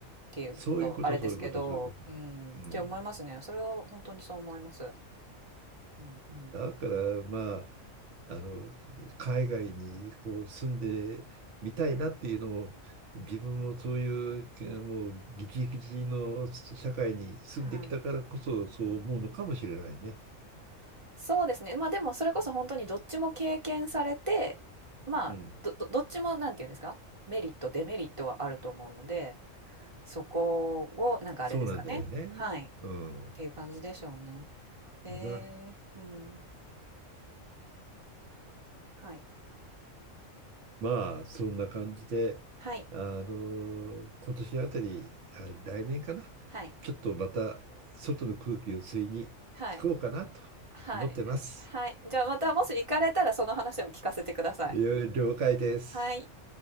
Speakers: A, on the right; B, on the right.
A: ていうと、
B: そういうこと、
A: あれですけど、
B: そういうこと、そういうこと。
A: うん、
B: うん。
A: って思いますね。それは本当にそう思います。うんうん。
B: だから、まあ、あの、海外にこう住んでみたいなっていうのを、自分もそういう、もう、ギチギチの社会に住んできたからこそ、
A: はい。
B: そう思うのかもしれないね。
A: うんうんそうですね。まあでもそれこそ本当にどっちも経験されて、まあど、
B: うん。
A: どどっちもなんて言うんですかメリット、デメリットはあると思うので、そこをなんかあれですかね。
B: そうなんだよね。
A: はい。っ
B: うん。
A: ていう感じでしょうね。えー、
B: な。
A: うん。はい。
B: まあ、そんな感じで、
A: はい。
B: あの、今年あたり、あ来年かな、
A: はい。
B: ちょっとまた外の空気を吸いに行こうかなと
A: はい。はい。
B: 思ってます。
A: はい。じゃあまたもし行かれたらその話を聞かせてください。
B: 了解です。
A: はい。